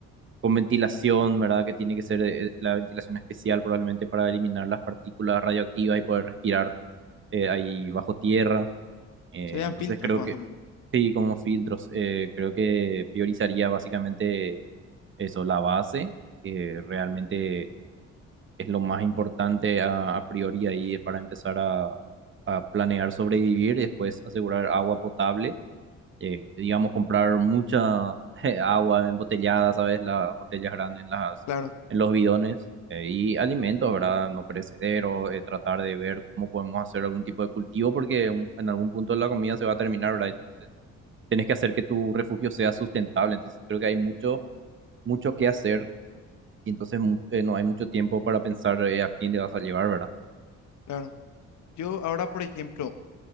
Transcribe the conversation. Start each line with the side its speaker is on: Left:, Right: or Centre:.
Right: con ventilación, ¿verdad? Que tiene que ser eh, la ventilación especial probablemente para eliminar las partículas radioactivas y poder respirar eh, ahí bajo tierra. Eh,
Left: serían
Right: entonces
Left: filtros
Right: creo
Left: más
Right: que,
Left: o menos.
Right: sí, con unos filtros, eh, creo que priorizaría básicamente eso, la base, que realmente es lo más importante a, a priori ahí para empezar a, a planear sobrevivir y después asegurar agua potable, eh, digamos comprar mucha <laughs> agua embotellada, ¿sabes? Las botellas grandes en las,
Left: Claro,
Right: en los bidones eh, y alimentos, ¿verdad? No perecederos, eh, tratar de ver cómo podemos hacer algún tipo de cultivo porque un- en algún punto la comida se va a terminar, ¿verdad? Entonces, tienes que hacer que tu refugio sea sustentable, entonces creo que hay mucho, mucho que hacer y entonces mu- eh, no hay mucho tiempo para pensar eh, a quién le vas a llevar, ¿verdad?
Left: claro. Yo ahora, por ejemplo,